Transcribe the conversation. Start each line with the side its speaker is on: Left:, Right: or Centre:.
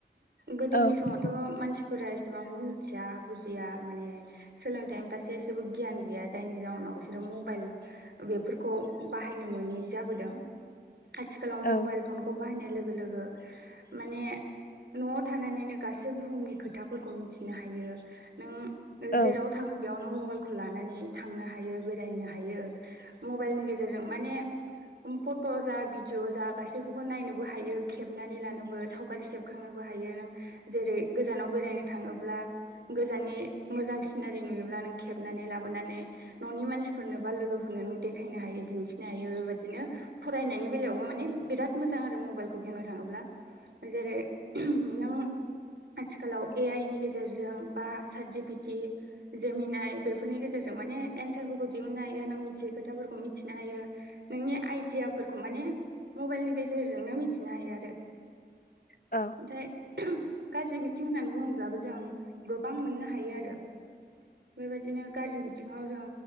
Right: गोदोनि
Left: औ
Right: समाव थ' मानसिफोरा एसेबांबो मिथिया बुजिया माने सोलोंथाइनि फारसे एसेबो गियान गैया जायनि जााहनाव बिसोरो मबाइल बेफोरखौ बाहायनो मोै जाबोदों आथिखालाव
Left: औ
Right: मबाइल फनखौ खौ बाहायनाय लोगो लोगो माने न'आव थानानैनो गासै बुहुमनि खोथाफोरखौ मिथिनो हायो नों
Left: औ
Right: जेराव थाङो बेयावनो मबाइलखौ लानानै थांनो हायो बेरायनो हायो मबाइलनि गेजेरजों माने फट' जा भिडिअ जा गासैखौबो नायनोबो हायो खेबनानै लानोबो सावगारि सेबखांनोबो हायो नों जेरै गोजानाव बेरायनो थाङोब्ला गोजाननि मोजां सिनारि नुयोब्ला नों खेबनानै लाबोनानै न'नि मानसिफोरनो बा लोगोफोरनो नों देखायनो हायो दिन्थिनो हायो बेबायदिनो फरायनायनि बे बेलायावबो माने बिराद मोजां आरो मबाइलखौ बुंनो थाङोब्ला जेरै नों आथिखालाव ए आइ नि गेजेरजों बा सार्टिफिकेट जेमिनाय बेफोरनि गेजेरजों माने एन्सार दिहुननो हायो नों मिथियै खोथाफोरखौ मिथिनो हायो। नोंनि आइडियाफोरखौ माने मबाइलनि गेजेरजोंनो मिथिनो हायो आरो।
Left: औ
Right: मथाय गाज्रि बिथिं होननानै बुङोब्लाबो जों गोबां मोननो हायो आरो। बेबायदिनो गाज्रि बिथिङाव जों